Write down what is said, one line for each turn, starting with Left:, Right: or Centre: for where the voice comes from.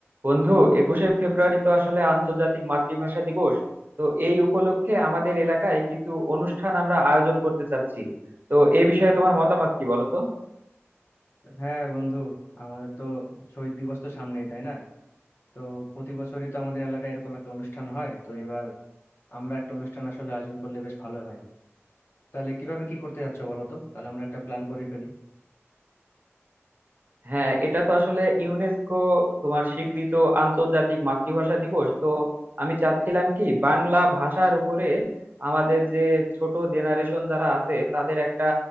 Right: বন্ধু একুশে ফেব্রুয়ারি তো আসলে আন্তর্জাতিক মাতৃভাষা দিবস তো এই উপলক্ষে আমাদের এলাকায় কিছু অনুষ্ঠান আমরা আয়োজন করতে চাচ্ছি তো এই বিষয়ে তোমার মতামত কি বলো তো
Left: হ্যাঁ বন্ধু আমাদের তো শহীদ দিবস তো সামনেই তাই না তো প্রতি বছরই তো আমাদের এলাকায় এরকম একটা অনুষ্ঠান হয় তো এবার আমরা একটা অনুষ্ঠান আসলে আয়োজন করলে বেশ ভালো হয় তাহলে কিভাবে কি করতে যাচ্ছ বলো তো তাহলে আমরা একটা প্ল্যান করে ফেলি
Right: হ্যাঁ এটা তো আসলে ইউনেস্কো তোমার স্বীকৃত আন্তর্জাতিক মাতৃভাষা দিবস তো আমি চাচ্ছিলাম কি বাংলা ভাষার উপরে আমাদের যে ছোট জেনারেশন যারা আছে তাদের একটা